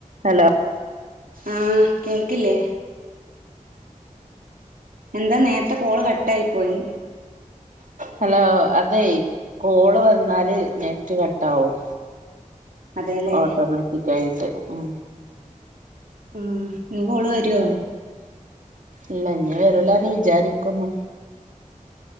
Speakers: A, on the right; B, on the right.
A: ഹലോ
B: ആഹ് കേൾക്കില്ലേ? എന്താ നേരത്തെ കോള് കട്ടായി പോയി
A: ഹലോ അതെ കോള് വന്നാല് നെറ്റ് കട്ടാവും
B: അതേല്ലേ
A: ഓട്ടോമാറ്റിക്കായിട്ട് ഉം
B: ഉം ഇനി കോള് വെരോ
A: ഇല്ലാ ഇന്നി വെരൂലാന്ന് വിചാരിക്കുന്നു